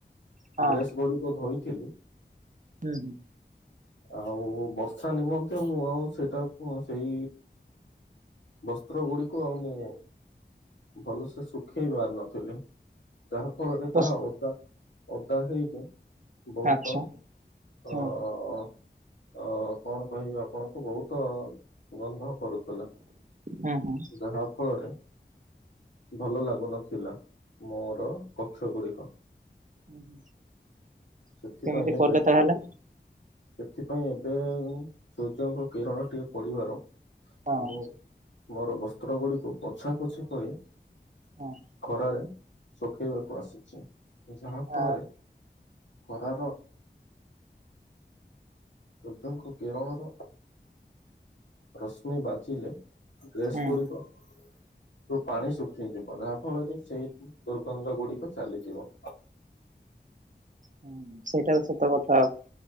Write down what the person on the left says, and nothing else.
ଡ୍ରେସ୍ ଗୁଡିକ ଧୋଇଥିଲି।
ଆଉ ବର୍ଷା ନିମନ୍ତେ ମୁଁ ଆଉ ସେଇଟାକୁ ସେଇ ବସ୍ତ୍ର ଗୁଡିକୁ ଆଉ ମୁଁ ଭଲସେ ଶୁଖେଇ ପାରିନଥିଲି। ଯାହା ଫଳରେ
ତାହା ଓଦା ଓଦା ହେଇକି ବହୁତ
ଅ ଅ କଣ କହିବି ଆପଣଙ୍କୁ ବହୁତ ଗନ୍ଧ କରୁଥିଲା?
ଯାହା ଫଳରେ ଭଲ ଲାଗୁନଥିଲା। ମୋର କକ୍ଷ ଗୁଡିକ।
ସେଥିପାଇଁ
ଏବେ
ସେଥିପାଇଁ ଏବେ ସୂର୍ଯ୍ୟଙ୍କ କିରଣ ଟିକେ ପଡିବାର,
ମୁଁ ମୋର ବସ୍ତ୍ର ଗୁଡିକୁ ପୋଛା ପୋଛି କରି
ଖରାରେ ଶୁଖେଇବାକୁ ଆସିଚି ଯାହା ଫଳରେ
ଖରା ର ସୂର୍ଯ୍ୟଙ୍କୁ କିରଣର ରଶ୍ମି ବାଜିଲେ ଡ୍ରେସ୍
ଗୁଡ଼ିକ ତୁ ପାଣି ଶୁଖିଯିବ ଯାହା ଫଳରେ ସେଇ ଦୁର୍ଗନ୍ଧ ଗୁଡିକ ଚାଲିଯିବ।